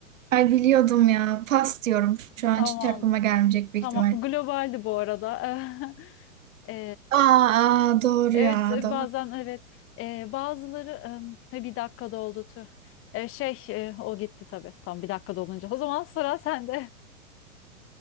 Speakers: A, on the right (about 65°); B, on the left (about 30°).
A: Ay biliyordum ya. Pas diyorum. Şu an
B: tamam,
A: hiç aklıma gelmeyecek büyük
B: tamam.
A: ihtimal.
B: Globaldi bu arada. <laughs> E,
A: Aa, aa, doğru
B: evet
A: ya.
B: bazen
A: Doğru.
B: evet. E, bazıları e, bir dakikada oldu tüh. E, şey e, o gitti tabii. Tam bir dakikada olunca. O zaman sıra sende.